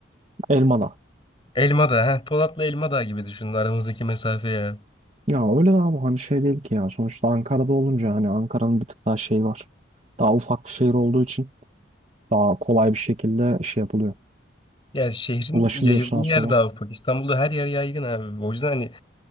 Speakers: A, on the right (about 35°); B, on the left (about 25°).
A: Elmalı.
B: Elma da, Heh, Polat'la Elma Dağı gibi düşünün aramızdaki mesafe ya.
A: Ya öyle abi hani şey değil ki ya. Sonuçta Ankara'da olunca hani Ankara'nın bir tık daha şey var. Daha ufak bir şehir olduğu için daha kolay bir şekilde şey yapılıyor.
B: Ya şehrin
A: Ulaşılıyor
B: yayıldığı
A: sağa
B: yer
A: sola.
B: daha ufak. İstanbul'da her yer yaygın abi. O yüzden hani